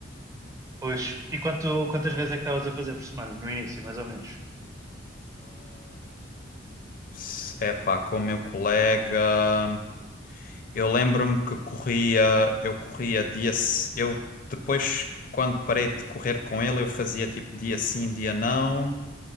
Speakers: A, on the right (about 15°); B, on the left (about 45°).
A: Pois. E quanto, quantas vezes é que estavas a fazer por semana? No início, mais ou menos?
B: S- Epá, com o meu colega, eu lembro-me que corria, eu corria dia, s- eu depois, quando parei de correr com ele, eu fazia tipo dia sim, dia não.